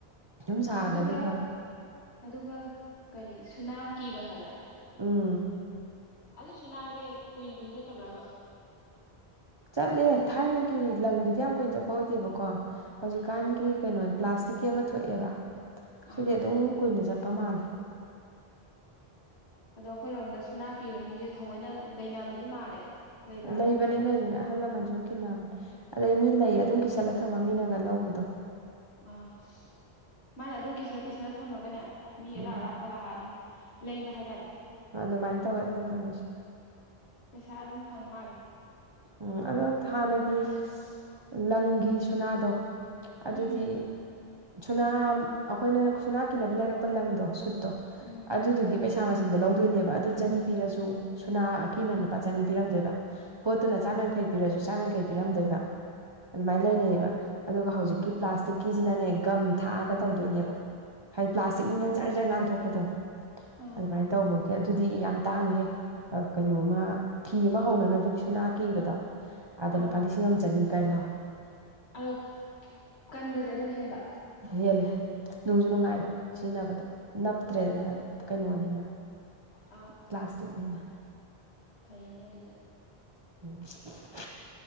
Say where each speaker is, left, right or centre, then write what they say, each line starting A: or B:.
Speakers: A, on the right; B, on the left.
A: ꯌꯨꯝ ꯁꯥꯈ꯭ꯔꯗꯤ
B: ꯑꯗꯨꯒ
A: ꯐꯕ
B: ꯑꯗꯨꯒ ꯀꯔꯤ ꯁꯨꯅꯥ ꯀꯤꯕ ꯍꯥꯏꯕ꯭ꯔꯥ
A: ꯎꯝ
B: ꯑꯗꯨꯁꯨꯨ ꯅꯥꯒꯦ ꯀꯨꯏꯅ ꯀꯨꯏꯅ ꯆꯠꯇꯕ꯭ꯔꯕ
A: ꯆꯠꯂꯦ ꯊꯥꯏꯅꯒꯤ ꯂꯪꯗꯨꯗꯤ ꯌꯥꯝ ꯀꯨꯏꯅ ꯆꯠꯄ ꯑꯣꯏꯗꯦꯕꯀꯣ ꯍꯧꯖꯤꯛꯀꯥꯟꯒꯤ
B: ꯑꯥ
A: ꯀꯩꯅꯣ ꯄ꯭ꯂꯥꯁꯇꯤꯛꯀꯤ ꯑꯃ ꯊꯣꯛꯑꯦꯕ ꯁꯤꯗꯤ
B: ꯑꯥ
A: ꯑꯗꯨꯝ ꯀꯨꯏꯅ ꯆꯠꯄ ꯃꯥꯜꯂꯦ
B: ꯑꯗꯣ ꯑꯩꯈꯣꯏꯔꯣꯝꯗ ꯁꯨꯅꯥ ꯀꯤꯕ ꯃꯤꯁꯦ ꯊꯑꯣꯏꯅ ꯂꯩꯅꯕꯗꯤ ꯃꯥꯜꯂꯦ ꯂꯩꯕ꯭ꯔꯥ
A: ꯂꯩ ꯏꯕꯅꯦ ꯂꯩꯕꯅꯦ ꯑꯍꯜ ꯂꯃꯟ ꯁꯨꯝ ꯀꯤꯟꯅꯕꯅꯦ ꯑꯗꯩ ꯃꯤ ꯂꯩ ꯑꯗꯨꯝ ꯀꯤꯁꯜꯂ ꯊꯝꯃ ꯃꯤꯅꯒ ꯂꯧꯕꯗꯣ
B: ꯑꯥ ꯃꯥꯅ ꯑꯗꯨꯝ ꯀꯤꯁꯔ ꯀꯤꯁꯔ ꯊꯝꯃꯒꯅꯦ
A: ꯎꯝ
B: ꯃꯤ ꯑꯔꯥ ꯑꯔꯥꯛꯄ ꯂꯥꯛꯑ ꯑꯗꯨꯝ ꯂꯩꯕ ꯍꯥꯏꯇꯥꯔꯦ
A: ꯑꯗꯨꯃꯥꯏꯅ ꯇꯧꯋꯦ ꯑꯩꯈꯣꯏꯗꯅꯁꯨ
B: ꯄꯩꯁꯥ ꯑꯗꯨꯝ ꯐꯪ ꯃꯥꯜꯂꯦ
A: ꯎꯝ ꯑꯗꯣ ꯍꯥꯟꯅꯒꯤ ꯂꯪꯒꯤ ꯁꯨꯅꯥꯗꯣ ꯑꯗꯨꯗꯤ
B: ꯎꯝ
A: ꯁꯨꯅꯥꯝ ꯑꯩꯈꯣꯏꯅ ꯁꯨꯅꯥ ꯀꯤꯅꯕ ꯂꯩꯔꯛꯄ ꯂꯪꯗꯣ ꯁꯨꯠ ꯗꯣ
B: ꯎꯝ
A: ꯑꯗꯨꯗꯨꯒꯤ
B: ꯎꯝ
A: ꯄꯩꯥ <unintelligible> ꯃꯁꯤꯡꯗꯣ ꯂꯧꯗꯣꯏꯅꯦꯕ ꯑꯗꯨ ꯆꯅꯤ ꯄꯤꯔꯁꯨ ꯁꯨꯅꯥ ꯑꯀꯤꯃ ꯂꯨꯄꯥ ꯆꯅꯤ ꯄꯤꯔꯝꯗꯣꯏꯕ ꯄꯣꯠꯇꯨꯅ ꯆꯥꯝ ꯌꯥꯡꯈꯩ ꯄꯤꯔꯁꯨ ꯆꯥꯝꯃ ꯌꯥꯡꯈꯩ ꯄꯤꯔꯝꯗꯣꯏꯕ ꯑꯗꯨꯃꯥꯏꯅ ꯂꯩꯅꯩꯕ
B: ꯑꯣ
A: ꯑꯗꯨꯒ ꯍꯧꯖꯤꯛꯀꯤ
B: ꯑꯥ
A: ꯄ꯭ꯂꯥꯁ ꯄ꯭ꯂꯥꯁꯇꯤꯛꯀꯤꯁꯤꯅꯅꯦ ꯒꯝ ꯊꯥꯛꯑꯒ ꯇꯧꯗꯣꯏꯅꯦꯕ ꯍꯥꯏꯗꯤ ꯄ꯭ꯂꯥꯁꯇꯤꯛꯅꯤꯅ ꯖꯔ ꯖꯔ ꯅꯥꯟꯊꯣꯛꯄꯗꯣ
B: ꯑꯥ
A: ꯑꯗꯨꯃꯥꯏꯅ ꯇꯧꯕꯒꯤ ꯑꯗꯨꯗꯤ ꯌꯥꯝ ꯇꯥꯡꯏꯍꯦ ꯀꯩꯅꯣꯝꯃ ꯐꯤ ꯑꯃ ꯍꯧꯅꯅꯕꯒꯤꯁꯨ ꯅꯥ ꯀꯤꯕꯗꯣ ꯑꯗ
B: ꯑꯥ
A: ꯂꯨꯄꯥ ꯂꯤꯁꯤꯡ ꯑꯃ ꯆꯅꯤ ꯀꯥꯏ ꯂꯧꯋꯦ
B: ꯑꯗꯣ ꯀꯟꯕꯁꯦ ꯑꯗꯨꯅ ꯍꯦꯟꯕ
A: ꯌꯦꯜꯂꯦ ꯅꯨꯡꯖꯨ ꯅꯨꯡꯉꯥꯏꯕ ꯁꯤꯖꯤꯟꯅꯕꯗ ꯅꯞꯇ꯭ꯔꯦꯗꯅ ꯀꯩꯅꯣꯅꯤꯅ
B: ꯑ
A: ꯄ꯭ꯂꯥꯁꯇꯤꯛꯅꯤꯅ
B: ꯐꯩꯅꯦ ꯑꯗꯨꯗꯤ
A: <unintelligible>